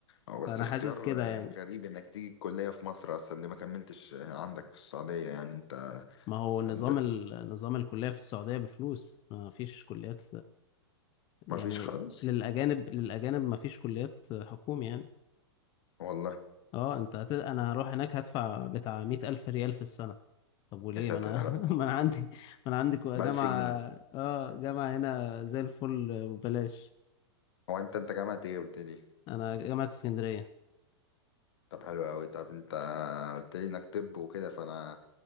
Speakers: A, on the left; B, on the left.
A: هو بس
B: فانا
A: اختيار
B: حاسس كده
A: آه،
B: يعني
A: غريب انك تيجي الكليه في مصر اصلا اللي ما كملتش آه، عندك في السعوديه يعني انت
B: ما هو نظام
A: ب...
B: ال... نظام الكليه في السعوديه بفلوس ما فيش كليات يعني
A: ما فيش خالص
B: للأجانب للأجانب مفيش كليات حكومي يعني
A: والله
B: اه انت هت... انا هروح هناك هدفع بتاع مئة ألف ريال في السنة طب وليه
A: يا ساتر
B: ما انا
A: يا رب
B: <laughs> ما انا عندي ما انا عندي كو-
A: بألف
B: جامعة
A: جنيه
B: اه جامعة هنا زي الفل ببلاش
A: هو انت انت جامعة ايه قلت لي
B: انا جامعة اسكندرية
A: طب حلو قوي طب انت قلت لي انك طب وكده فانا